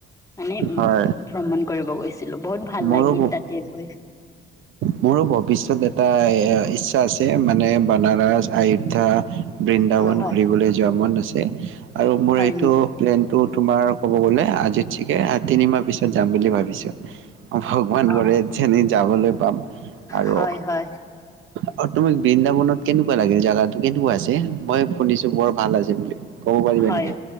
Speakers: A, on the left (about 15°); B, on the right (about 80°).
A: মানে উম
B: হয়
A: ভ্ৰমণ কৰিব গৈছি ছিলো বহুত ভাল
B: ময়ো
A: লাগিল তাতে গৈ।
B: মোৰো ভৱিষ্যত এটা ইচ্ছা আছে মানে বনাৰস আয়োধ্যা বৃন্দাবন
A: অ হয়
B: ঘূৰিবলৈ যোৱা মন আছে। তে। আৰু মোৰ
A: হয়
B: এইটো
A: নেকি
B: প্লেনটো তোমাৰ ক'ব গ'লে আজি চিকে তিনিমাহ পিছত যাম বুলি ভাবিছো। ভগৱান
A: অ
B: কৰে যেনে যাবলৈ পাম। আৰু
A: হয় হয়
B: আৰু তোমাক বৃন্দাবনত কেনেকুৱা লাগিল জেগাটো কেনেকুৱা আছে মই শুনিছো বৰ ভাল আছে বুলি। ক'ব পাৰিবা
A: হয়,
B: নেকি?